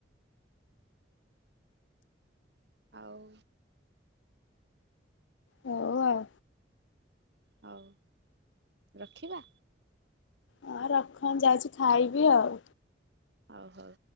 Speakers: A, on the right; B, on the left.
A: ଆଉ
B: ହଉ ଆଉ
A: ହଉ ରଖିବା?
B: ହଁ ରଖନ ଯାଉଛି ଖାଇ ବି ଆଉ
A: ହଉ ହଉ